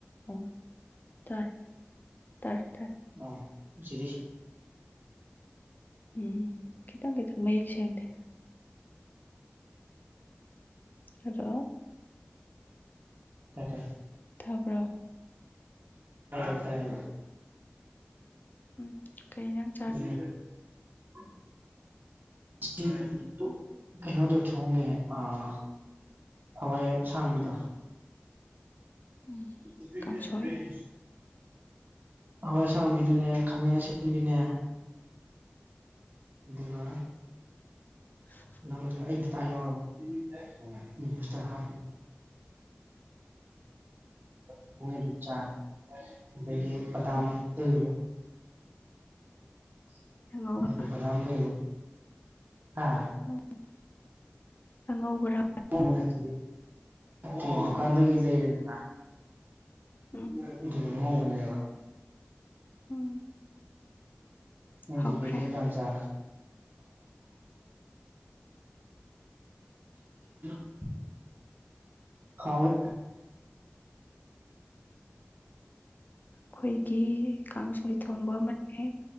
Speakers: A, on the left; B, on the right.
A: ꯑꯣ ꯇꯔꯦ ꯇꯔꯦ ꯇꯔꯦ
B: ꯑ ꯁꯤ
A: ꯎꯝ ꯈꯤꯇꯪ ꯈꯤꯇꯪ ꯃꯌꯦꯛ ꯁꯦꯡꯗꯦ ꯍꯗꯣ
B: <unintelligible>
A: ꯊꯥꯕ꯭ꯔꯣ
B: ꯇꯌꯦ ꯇꯌꯦ
A: ꯎꯝ ꯀꯩ ꯍꯦꯟꯖꯥꯡ
B: <unintelligible> <unintelligible> ꯀꯩꯅꯣꯗ ꯊꯣꯡꯒꯦ ꯑꯥ ꯍꯋꯥꯏ ꯁꯥꯡꯕꯤꯗꯣ
A: ꯎꯝ
B: <unintelligible>
A: ꯀꯥꯡꯁꯣꯏ
B: ꯔꯦꯛꯁ ꯍꯋꯥꯏ ꯑꯁꯥꯡꯕꯤꯗꯨꯅꯦ ꯈꯥꯃꯦꯟ ꯑꯁꯤꯟꯕꯤꯅꯦ ꯑꯗꯨꯒ
A: <inaudible>
B: ꯅ ꯊ ꯑꯩ ꯇꯥ ꯌꯥꯎꯔꯕꯁꯇ ꯍꯥꯞꯄ ꯊꯣꯡꯉꯗꯨ ꯆꯥ ꯗꯒꯤ ꯕꯗꯥꯝ
A: ꯎꯝ
B: ꯂꯩꯔꯨꯕꯣ <unintelligible>
A: ꯑꯉꯧꯕ ꯎꯝ ꯑꯪꯉꯧꯕ꯭ꯔꯥ
B: ꯅꯠꯇꯦ ꯅꯠꯇ ꯗꯨꯀꯥꯟꯗꯒꯤ ꯂꯩꯔꯦꯗꯅ
A: ꯎꯝ
B: ꯑꯗꯨ ꯍꯕꯅꯦꯕ
A: ꯎꯝ
B: ꯅꯪꯗꯤ
A: ꯍꯧꯈ꯭ꯔꯦ
B: ꯀꯩ ꯀꯩ ꯍꯦꯟꯖꯥꯡ ꯆꯥ <unintelligible> ꯍꯋ
A: ꯈꯣꯏꯒꯤ ꯀꯥꯡꯁꯣꯢ ꯊꯣꯡꯕ ꯑꯃꯅꯦ